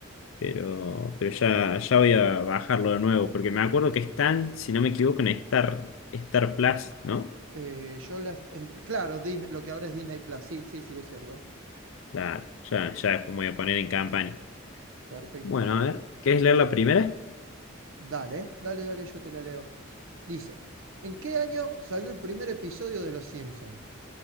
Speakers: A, on the left; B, on the right.
A: Pero, pero ya, ya voy a bajarlo de nuevo, porque me acuerdo que están, si no me equivoco, en Star, Star Plus, ¿no?
B: Eh, yo las... en- claro, Disney- lo que ahora es Disney Plus, sí, sí, sí, es cierto.
A: Claro, ya, ya después me voy a poner en campaña.
B: Perfecto.
A: Bueno, a ver, ¿quieres leer la primera?
B: Dale, dale, dale, yo te la leo. Dice, ¿en qué año salió el primer episodio de Los Simpson?